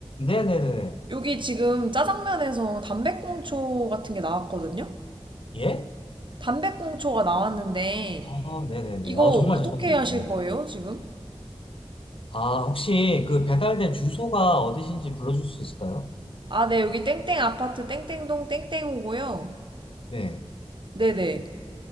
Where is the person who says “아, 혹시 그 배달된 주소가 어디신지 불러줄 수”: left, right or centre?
Left